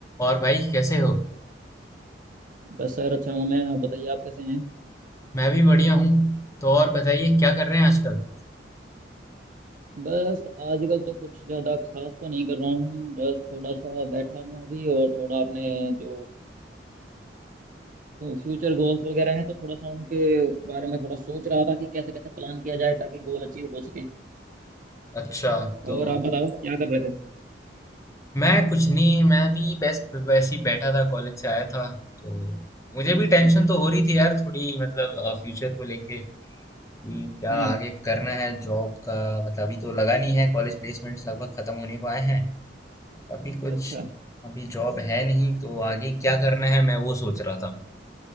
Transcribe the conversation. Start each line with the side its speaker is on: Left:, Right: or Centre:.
Left: और भाई कैसे हो
Right: बस सर अच्छा हूँ मैं आप बताइए आप कैसे हैं
Left: मैं भी बढ़िया हूँ तो और बताइए क्या कर रहे हैं आजकल
Right: बस आजकल तो कुछ ज़्यादा खास तो नहीं कर रहा हूँ बस थोड़ा सा बैठा हूँ अभी और थोड़ा अपने जो फ्यूचर गोल्स वगैरह हैं तो थोड़ा सा उनके बारे में थोड़ा सोच रहा था कि कैसे कैसे प्लान किया जाए ताकि गोल अचीव हो सके
Left: अच्छा तो
Right: और आप बताओ अच्छा क्या कर रहे थे
Left: मैं कुछ नहीं मैं भी बस वैसे ही बैठा था कॉलेज से आया था तो मुझे
Right: अच्छा
Left: भी टेंशन तो हो रही थी यार थोड़ी मतलब फ्यूचर को लेके कि क्या
Right: हम्म
Left: आगे करना है जॉब का मतलब अभी तो लगा नहीं है कॉलेज प्लेसमेंट्स लगभग खत्म होने को आए हैं अभी कुछ
Right: अच्छा
Left: अभी जॉब है नहीं तो आगे क्या करना है मैं वो सोच रहा था